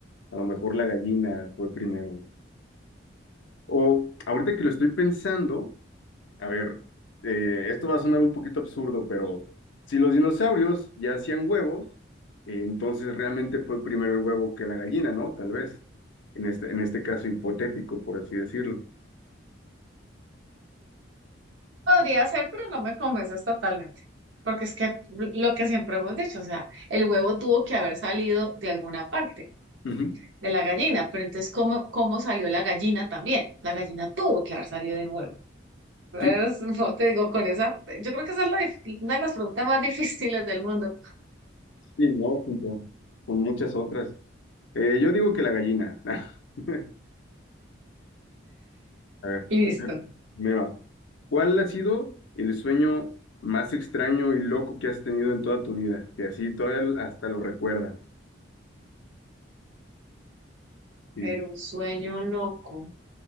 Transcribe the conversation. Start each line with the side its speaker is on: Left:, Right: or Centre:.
Left: a lo mejor la gallina fue primero. O ahorita que lo estoy pensando, A ver, eh, esto va a sonar un poquito absurdo, pero si los dinosaurios ya hacían huevos, eh, entonces realmente fue primero el huevo que la gallina, ¿no? Tal vez. En este, en este caso hipotético, por así decirlo.
Right: Podría ser, pero no me convences totalmente, porque es que lo que siempre hemos dicho, o sea, el huevo tuvo que haber salido de alguna parte.
Left: Ujú.
Right: de la gallina, pero entonces, ¿cómo, cómo salió la gallina también? La gallina tuvo que haber salido de un huevo. Entonces,
Left: Sí,
Right: <laughs> no te digo, con esa, yo creo que esa es la dif- una de las preguntas más <laughs> difíciles del mundo.
Left: sí, no, junto con muchas otras. Eh, yo digo que la gallina. <laughs> A ver,
Right: Listo.
Left: me va. ¿Cuál ha sido el sueño más extraño y loco que has tenido en toda tu vida? Que así todavía hasta lo recuerdas. Y
Right: Pero un sueño loco.